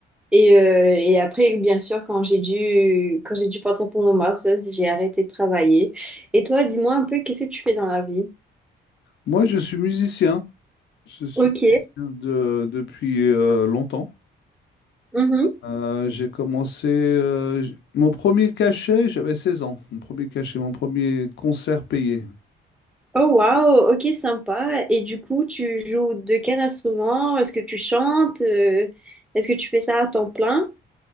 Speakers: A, in the centre; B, on the left.
A: Et, euh, et après, bien sûr, quand j'ai dû, quand j'ai dû partir pour mon master's, j'ai arrêté de travailler. Et toi, dis-moi un peu, qu'est-ce que tu fais dans la vie?
B: Moi, je suis musicien. Je suis
A: Ok.
B: musicien de- depuis euh, longtemps.
A: Mhm.
B: Euh, j'ai commencé euh, j- mon premier cachet, j'avais 16 ans. Mon premier cachet, mon premier concert payé.
A: Oh, wow. Ok, sympa. Et du coup, tu joues de quel instrument? Est-ce que tu chantes? Euh, est-ce que tu fais ça à temps plein?